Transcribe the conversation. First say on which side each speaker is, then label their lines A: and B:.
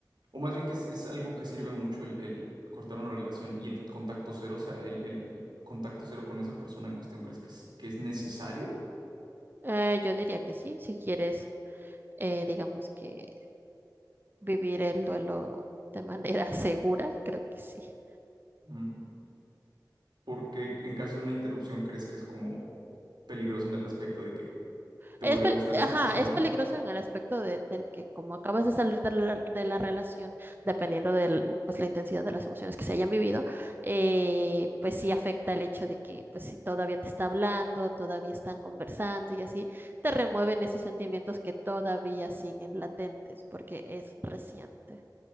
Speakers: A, on the right (about 90°); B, on the right (about 30°).
A: o más bien que es, es algo que sirve mucho el, el cortar una relación y el contacto cero, o sea, el, el- el contacto cero con esa persona en cuestión, ¿crees que es, que es necesario?
B: Eh, yo diría que sí, si quieres, eh, digamos que vivir el duelo de manera <laughs> segura, creo que sí.
A: Mm, Porque en caso de una interrupción, ¿crees que es como peligroso en el aspecto de que te
B: Es,
A: vuelve
B: pel-
A: a gustar esa
B: ajá,
A: persona?
B: es peligroso en el aspecto de- del que como acabas de salir de la, de la relación, dependiendo de pues, la intensidad de las emociones que se hayan vivido, eh, pues sí afecta el hecho de que pues si todavía te está hablando, todavía están conversando y así, te remueven esos sentimientos que todavía siguen latentes porque es reciente.